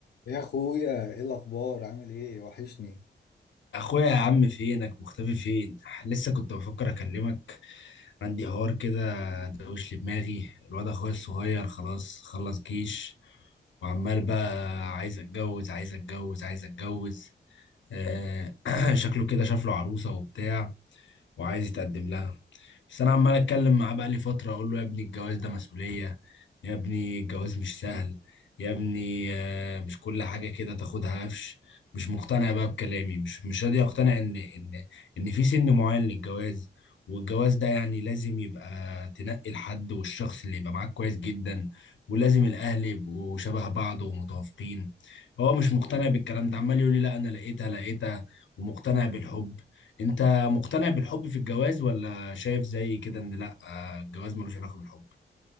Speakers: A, on the left; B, on the left.
A: يا اخويا ايه الاخبار عامل ايه وحشني
B: اخويا يا عم فينك مختفي فين لسه كنت بفكر اكلمك عندي حوار كده دوش لي دماغي الواد اخويا الصغير خلاص خلص جيش وعمال بقى عايز اتجوز عايز اتجوز عايز اتجوز آه <clears throat> شكله كده شاف له عروسة وبتاع وعايز يتقدم لها بس انا عمال اتكلم معاه بقى لي فتره اقول له يا ابني الجواز ده مسؤوليه يا ابني الجواز مش سهل يا ابني آه، مش كل حاجه كده تاخدها قفش مش مقتنع بقى بكلامي مش مش راضي اقتنع ان ان ان في سن معين للجواز والجواز ده يعني لازم يبقى تنقي الحد والشخص اللي يبقى معاك كويس جدا ولازم الاهل يبقوا شبه بعض ومتوافقين هو مش مقتنع بالكلام ده عمال يقول لي لا انا لقيتها لقيتها ومقتنع بالحب انت مقتنع بالحب في الجواز ولا شايف زي كده ان لا آه، الجواز ملوش علاقه بالحب